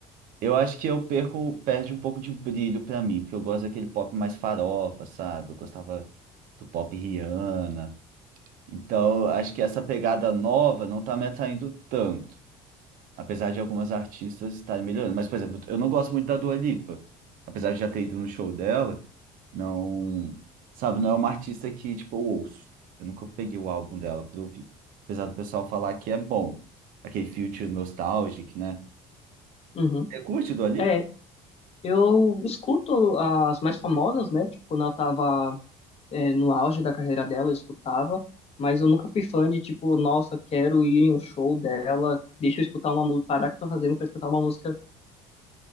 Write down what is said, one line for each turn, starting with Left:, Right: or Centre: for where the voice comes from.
Right: eu acho que eu perco, perde um pouco de brilho para mim, porque eu gosto daquele pop mais farofa, sabe? Eu gostava do pop Rihanna, então acho que essa pegada nova não tá me atraindo tanto. Apesar de algumas artistas estarem melhorando. Mas, por exemplo, eu não gosto muito da Dua Lipa. Apesar de já ter ido no show dela, não. Sabe, não é uma artista que, tipo, eu ouço. Eu nunca peguei o álbum dela pra ouvir. Apesar do pessoal falar que é bom. Aquele Future Nostalgic, né?
Left: Uhum.
Right: Você curte Dua Lipa?
Left: É, eu escuto as mais famosas, né? Tipo, quando ela tava é, no auge da carreira dela, eu escutava, mas eu nunca fui fã de tipo, nossa, quero ir em um show dela, deixa eu escutar uma música, parar o que eu tô fazendo pra escutar uma música